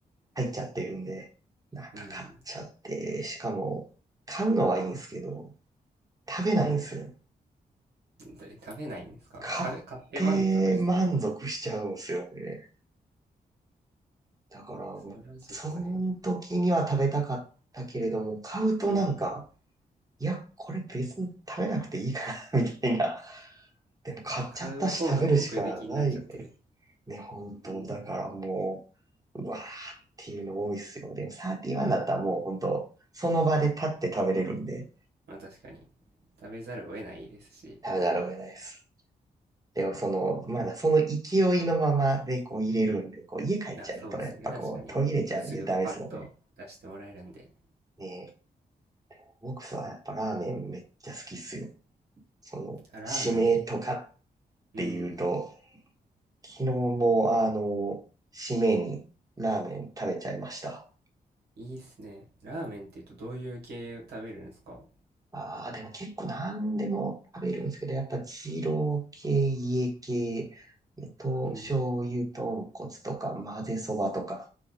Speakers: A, on the right (about 20°); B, on the right (about 75°).
A: 入っちゃってるんで、なんか買っちゃって、
B: うん。
A: しかも、買うのはいいんですけど、食べないんですよ。
B: で食べないんですか買う、
A: 買って満足しちゃうんですよね。
B: 買って満足してる。
A: だから、もうその時には食べたかったけれども、
B: それはちょっとね。
A: 買うとなんか、
B: うん。
A: いや、これ別に食べなくていいかな、みたいな。でも買っちゃったし食べるしかないよね。
B: 買う方が目的になっちゃってる。
A: ね、本当。
B: うん。
A: だからもう、うわーっていうの多いっすよ。でも31だったらもう本当、その場で立って食べれるんで、
B: まあ確かに。食べざるを得ないですし。
A: 食べざるを得ないです。でもその、まだその勢いのままでこう入れるんで、こう家帰っちゃうとやっぱこう途切れちゃうんでダメですよね。
B: あ、そうですね。確かに。すぐパッと出してもらえるんで。
A: ねえ、僕はやっぱラーメンめっちゃ好きっすよ。その、
B: あ、ラーメン。
A: 締めとかっ
B: うん。
A: ていうと、昨日もあの、締めにラーメン食べちゃいました。
B: いいっすね。ラーメンって言うとどういう系を食べるんですか
A: ああ、でも結構何でも食べるんですけど、やっぱ二郎系、家系、えっと、
B: うん。
A: 醤油豚骨とか混ぜそばとか、